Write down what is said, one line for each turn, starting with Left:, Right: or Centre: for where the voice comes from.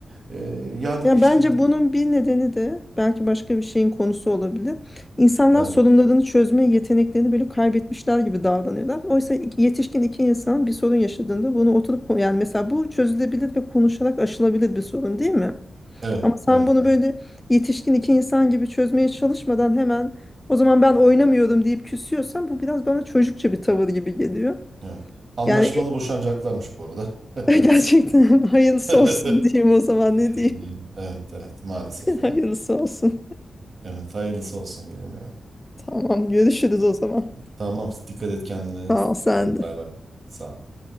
Right: E, ya dedi
Left: Ya
Right: işte
Left: bence
Right: dedi.
Left: bunun bir nedeni de belki başka bir şeyin konusu olabilir. İnsanlar
Right: Evet,
Left: sorunlarını çözme yeteneklerini böyle kaybetmişler gibi davranıyorlar. Oysa iki- yetişkin iki insan bir sorun yaşadığında bunu oturup ko- yani mesela bu çözülebilir ve konuşarak aşılabilir bir sorun değil mi?
Right: evet,
Left: Ama sen
Right: evet,
Left: bunu
Right: evet,
Left: böyle yetişkin iki insan gibi çözmeye çalışmadan hemen o zaman ben oynamıyorum deyip küsüyorsan bu biraz bana çocukça bir tavır gibi geliyor.
Right: evet. Anlaşmalı
Left: Yani
Right: boşanacaklarmış bu arada. <laughs>
Left: <laughs>
Right: Evet.
Left: gerçekten hayırlısı
Right: <laughs>
Left: olsun diyeyim o zaman ne
Right: Ne
Left: diyeyim?
Right: diyeyim? Evet, evet, maalesef yani.
Left: <laughs> Hayırlısı olsun.
Right: Evet, hayırlısı olsun diyelim yani.
Left: Tamam görüşürüz o zaman.
Right: Tamam, dikkat et kendine.
Left: Sağ ol sen
Right: Hadi
Left: de.
Right: bay bay. Sağ ol.